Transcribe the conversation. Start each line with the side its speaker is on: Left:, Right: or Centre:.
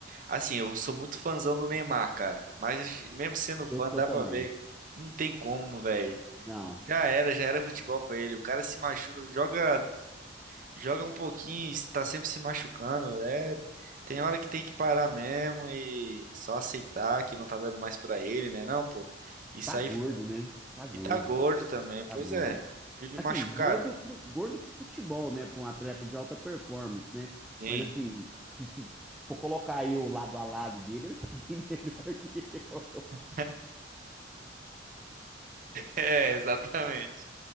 Right: Assim, eu sou muito fãzão do Neymar, cara. Mas mesmo sendo fã,
Centre: Eu sou
Right: dá
Centre: também.
Right: pra ver. Não tem como, velho.
Centre: Não,
Right: Já era, já era futebol pra ele. O cara se machuca, joga joga um pouquinho, está sempre se machucando. É, tem hora que tem que parar mesmo e só aceitar que não tá dando mais pra ele, né? Não, pô. E sair
Centre: tá gordo,
Right: fora.
Centre: né? Tá gordo.
Right: E tá gordo também, pois
Centre: Tá gordo.
Right: é. Vive
Centre: Assim,
Right: machucado.
Centre: gordo pro, gordo pro futebol, né? Para um atleta de alta performance, né?
Right: Sim.
Centre: Mas assim, se, se for colocar eu lado a lado dele, ele tá <laughs> bem melhor que eu.
Right: <laughs> É, exatamente.